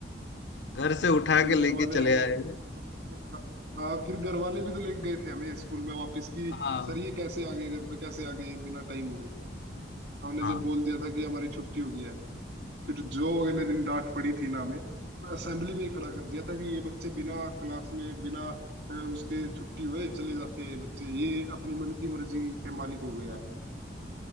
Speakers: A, on the left; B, on the right.
A: घर से उठा
B: फिर
A: के
B: घर
A: लेके
B: वाले
A: चले
B: हमें
A: आए
B: हाँ हाँ, फिर घर वाले भी तो लेके गए थे हमें स्कूल में वापस की
A: हाँ
B: सर ये कैसे आ गए घर पे कैसे आ गए बिना टाइम हुए हमने
A: हाँ
B: जब बोल दिया था कि हमारी छुट्टी हो गई है फिर जो अगले दिन डांट पड़ी थी ना हमें असेंबली में ही खड़ा कर दिया था कि ये बच्चे बिना क्लास में बिना अ, उसके छुट्टी हुए चले जाते हैं ये बच्चे ये अपनी मन की मर्जी के मालिक हो गया है